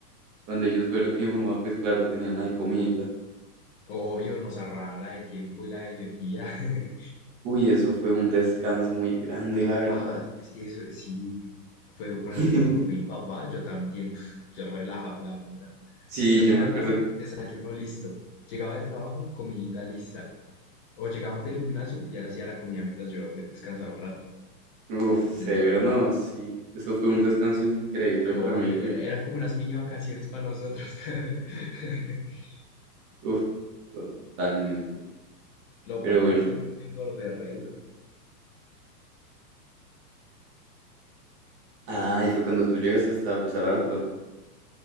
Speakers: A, on the right; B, on the left.
A: Cuando ellos fueron que mi mamá, pues claro, tenían ahí comidita.
B: Obvio, nos ahorraban la de tiempo y la de energía. <laughs>
A: Uy, eso fue un descanso muy grande, la verdad.
B: Paz, es que eso sí. Fue, por
A: <laughs>
B: ejemplo, cuando fue mi papá, yo también, pf, yo relajaba la vida.
A: Sí,
B: Yo
A: yo
B: me levantaba,
A: me acuerdo,
B: desayuno listo. Llegaba del trabajo, comidita lista. O llegábamos del gimnasio y ya le hacía la comida mientras yo me descansaba un rato.
A: uf,
B: Entonces,
A: severo,
B: chimbo.
A: no, sí. Eso fue un descanso increíble
B: Pues, obvio,
A: para mí, uy,
B: era, era como unas mini vacaciones para nosotros. <laughs>
A: uf, totalmente.
B: Lo
A: Pero
B: paila
A: bueno,
B: y sí fue que me engordé re duro.
A: ah, y fue cuando tú llegaste hasta a pesar harto.